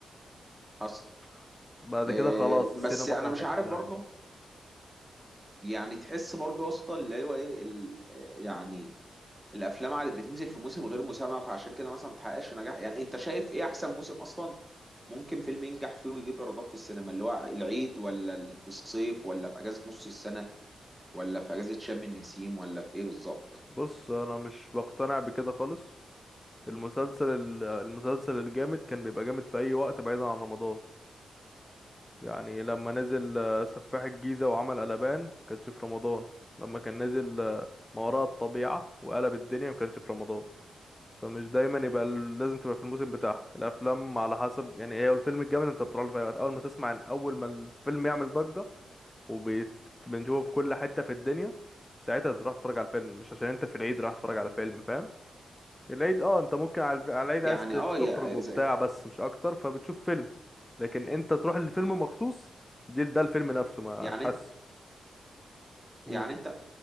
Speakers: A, on the right (about 15°); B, on the left (about 20°).
A: حصل
B: بعد
A: إيه،
B: كده خلاص السينما
A: بس انا
B: راحت
A: مش عارف
B: في داهية
A: برضه يعني تحس برضه يا اسطى اللي هو ايه ال... يعني الافلام عادة بتنزل في موسم غير مسمى فعشان كده مثلا ما بتحققش نجاح يعني انت شايف ايه احسن موسم اصلا ممكن فيلم ينجح فيه ويجيب ايرادات في السينما اللي هو العيد ولا ال- في الصيف ولا في اجازة نص السنة ولا في اجازة شم النسيم ولا في ايه بالظبط
B: بص انا مش بقتنع بكده خالص المسلسل ال- المسلسل الجامد كان بيبقى جامد في اي وقت بعيدا عن رمضان يعني لما نزل آه، سفاح الجيزة وعمل قلبان كانش في رمضان لما كان نزل آه، ما وراء الطبيعة وقلب الدنيا ما كانش في رمضان فمش دايما يبقى ال- لازم تبقى في الموسم بتاعها الافلام على حسب يعني هي الفيلم الجامد انت بتروح له في اي وقت اول ما تسمع اول ما الفيلم يعمل ضجة وبنشوفه في كل حتة في الدنيا ساعتها تروح تتفرج على الفيلم مش عشان انت في العيد رايح تتفرج على فيلم فاهم العيد اه انت ممكن على الف- على العيد
A: يعني
B: عايز ت-
A: اه يا
B: تخرج وبتاع
A: إذا انت
B: بس مش اكتر فبتشوف فيلم لكن انت تروح للفيلم مخصوص دي ده الفيلم نفسه مش
A: يعني
B: حاسه
A: انت يعني
B: قول.
A: انت